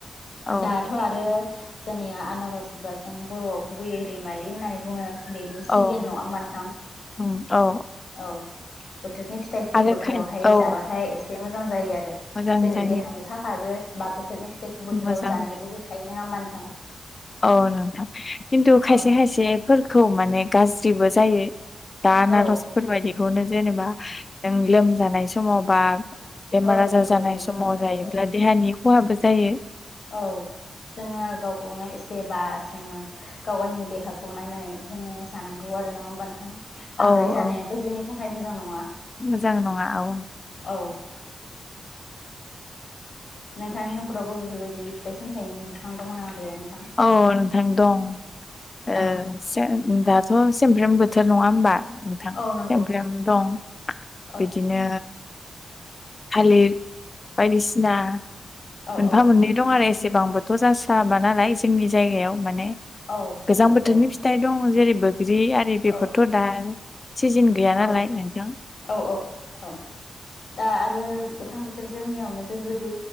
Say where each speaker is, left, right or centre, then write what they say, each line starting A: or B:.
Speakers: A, on the left; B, on the left.
A: औ
B: दाथ' आरो जोंनिया आनारस बा जों बर'आव गुबैयै रैमालि होननानै बुङो। बेनि सिजोन
A: औ
B: नङा होमबा नोंथां?
A: उम, औ
B: औ। बोथोरनि फिथाइखौ
A: आरो
B: बोथोरावहाय
A: खाय औ
B: जाबाथाय एसे मोजां जायो आरो
A: मोजां
B: जोंनि
A: जायो
B: देहानि थाखायबो बा बोथोरनि फिथाइखौ बोथोराव
A: मोजां
B: जानो लुुबैखायो। नङा होमबा नोंथां?
A: औ नोंथां खिन्थु खायसे
B: औ
A: खायसेफोरखौ माने गाज्रि ज्रि जायो दा आनारसफोर
B: औ
A: बायदि खौनो जेनेबा जों लोमजानाय समाव बा बेमार
B: औ
A: आजार
B: नंगौ
A: जानाय
B: नंगौ
A: समाव
B: नोंथां औ
A: जायोब्ला
B: औ
A: देहानि खहाबो जायो।
B: औ। जोङो गावखौनो एसेबा जोङो गाव गावनि देहाखौ नायनानै जोङो जानांगौ आ रो नङा होमबा नोंथां? बांद्राय
A: औ
B: जानायाबो
A: औ
B: जोंनि थाखाय मोजां नङा।
A: मोजां नङा औ।
B: औ। नोंथांनि न'खरावबो बेफोरबायदि फिथाइ सामथाइनि बिफां दङ' ना गैयानो?
A: औ नोंथां दं। ओ
B: औ
A: से दाथ' सेमब्रम बोथोर नङा होमबा नोंथां
B: औ
A: सेमब्रम
B: नंगौ
A: दं।
B: <inaudible>
A: बिदिनो थालिर बायदिसिना
B: औ
A: मोनफा
B: औ
A: मोननै दं आरो एसेबांबो थ' जासाबा नालाय जोंनि जायगायाव माने
B: औ
A: गोजां
B: नंगौ
A: बोथोरनि
B: औ
A: फिथाइ दं। जेरैबो बिदि आरि बेफोरथ'
B: औ
A: दा सिजोन गैया नालाय
B: औ
A: नोंथां।
B: औ औ औ। दा आरो गोथां बोथोर जोंनियावनो बेफोरबायदि